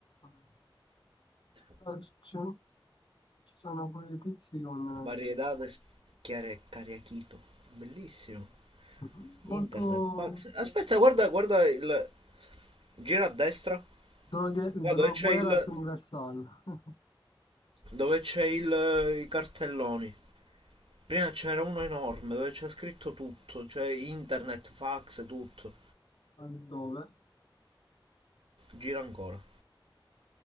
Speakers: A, on the left (about 65°); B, on the right (about 85°).
A: Mm. Ah, c- Ci, ci sono quei tizi con...
B: Variedades chiare cariachito. Bellissimo.
A: eh, Molto...
B: Internet, fax. Aspetta, guarda, guarda il... Gira a destra.
A: Droghe,
B: Qua
A: drogueras
B: dove c'è il...
A: universal. <laughs>
B: Dove c'è il... I cartelloni. Prima c'era uno enorme dove c'è scritto tutto, cioè internet, fax, tutto.
A: Eh, Dove?
B: Gira ancora.